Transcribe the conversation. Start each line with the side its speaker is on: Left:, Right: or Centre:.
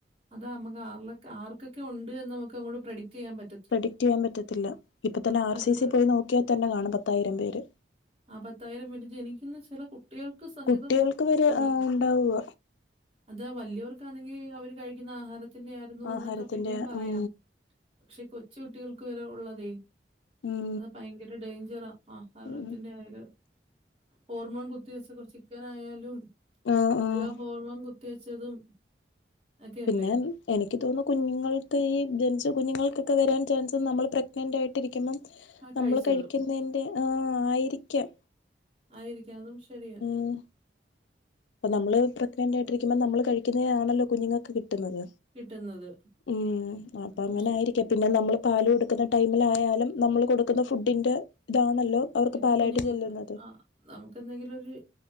Right: അതാ നമ്മക്ക് ആർള് ആർക്കൊക്കെ ഒണ്ട്ന്ന് നമുക്ക് അങ്ങോട്ട് പ്രൊഡിക്ട് ചെയ്യാൻ പറ്റ
Left: പ്രഡിക്ട് ചെയ്യാൻ പറ്റത്തില്ല, ഇപ്പ തന്നെ ആർ
Right: പലതര
Left: സി സി പോയി നോക്കിയാ തന്നെ കാണും പത്തായിരം പേര്.
Right: ആ പത്തായിരം പിന്നെ ജനിക്കുന്ന ചെല കുട്ടികൾക്ക് സഹിതം
Left: കുട്ടികൾക്ക് വരെ
Right: ഒണ്ട്.
Left: ആഹ് ഉണ്ടാവുക
Right: അതാ വലിയവർക്കാന്നെങ്കി അവര് കഴിക്കുന്ന ആഹാരത്തിന്റെയായിരുന്നു എന്നൊക്കെ
Left: ആഹാരത്തിന്റെ
Right: പിന്നേം പറയാം.
Left: ഉം
Right: പക്ഷേ കൊച്ചു കുട്ടികൾക്ക് വരെ ഉള്ളതേ.
Left: ഉം
Right: അത് ഭയങ്കര ഡേയ്ഞ്ചറ ആഹാരത്തിന്റെ
Left: ഉം
Right: ആയാല് ഹോർമോൺ കുത്തി വെച്ച കുറച്ച് ചിക്കനായാലും
Left: ആഹ് ആഹ്
Right: എല്ലാ ഹോർമോൺ കു കുത്തിവെച്ചതും ഒക്കെയല്ലേ
Left: പിന്നെ എനിക്ക് തോന്നുന്നു കുഞ്ഞുങ്ങൾക്ക് ഈ ജനിച്ച കുഞ്ഞുങ്ങൾക്കൊക്കെ വരാൻ ചാൻസ് നമ്മൾ പ്രെഗ്നന്റായിട്ടിരിക്കുമ്പം
Right: ആ കഴിച്ചത്
Left: നമ്മൾ കഴിക്കുന്നതിൻ്റെ ആയിരിക്കാം
Right: ആയിരിക്കാം അതും ശരിയ
Left: ഉം അപ്പൊ നമ്മള് പ്രെഗ്നന്റ് ആയിട്ടിരിക്കുമ്പോ നമ്മള് കഴിക്കുന്നതാണല്ലോ കുഞ്ഞുങ്ങൾക്ക് കിട്ടുന്നത്
Right: കിട്ടുന്നത്.
Left: ഉം
Right: അത്
Left: അപ്പ അങ്ങനെ
Right: പക്ഷെ
Left: ആയിരിക്കാം പിന്നെ നമ്മൾ പാൽ കൊടുക്കുന്ന ടൈമിലായാലും നമ്മൾ കൊടുക്കുന്ന ഫുഡിൻ്റെ ഇതാണല്ലോ അവർക്ക്
Right: ഇത്
Left: പാലായിട്ട്
Right: കുഞ്ഞുങ്ങൾക്ക്
Left: ചെല്ലുന്നത്
Right: ആ നമുക്ക് എന്തെങ്കിലും ഒരു